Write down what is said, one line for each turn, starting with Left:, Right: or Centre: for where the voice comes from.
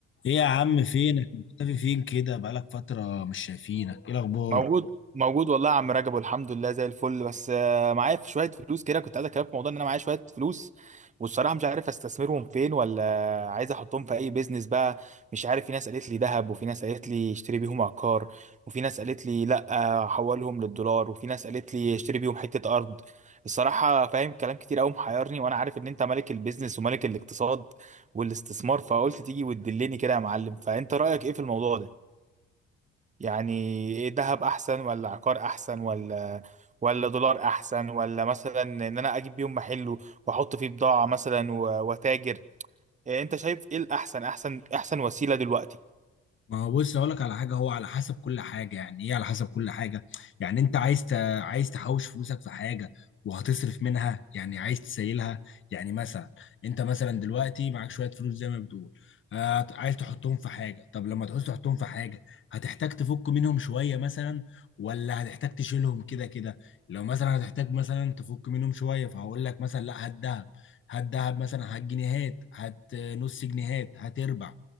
Left: ايه يا عم فينك مختفي فين كده بقالك فترة مش شايفينك ايه الاخبار
Right: موجود موجود والله يا عم رجب والحمد لله زي الفل بس آه، معايا في شويه فلوس كده كنت عايز اكلمك في موضوع ان انا معايا شويه فلوس والصراحه مش عارف استثمرهم فين ولا عايز احطهم في اي بيزنس بقى مش عارف في ناس قالت لي ذهب وفي ناس قالت لي اشتري بيهم عقار وفي ناس قالت لي لا آه، حولهم للدولار وفي ناس قالت لي اشتري بيهم حته ارض الصراحه فاهم كلام كتير قوي محيرني وانا عارف ان انت ملك البيزنس وملك الاقتصاد والاستثمار فقلت تيجي وتدلني كده يا معلم فانت رايك ايه في الموضوع ده يعني ايه دهب احسن ولا عقار احسن ولا ولا دولار احسن ولا مثلا ان انا اجيب بيهم محل واحط فيه بضاعة مثلا و- واتاجر إيه انت شايف ايه الاحسن احسن احسن وسيلة دلوقتي
Left: ما هو بص اقول لك على حاجه هو على حسب كل حاجه يعني ايه على حسب كل حاجه يعني انت عايز ت... عايز تحوش فلوسك في حاجه وهتصرف منها يعني عايز تسيلها يعني مثلا انت مثلا دلوقتي معاك شويه فلوس زي ما بتقول آه عايز تحطهم في حاجه طب لما تعوز تحطهم في حاجه هتحتاج تفك منهم شويه مثلا ولا هتحتاج تشيلهم كده كده لو مثلا هتحتاج مثلا تفك منهم شويه فهقول لك مثلا لا هات دهب هات دهب مثلا هات جنيهات هات نص جنيهات هات ربع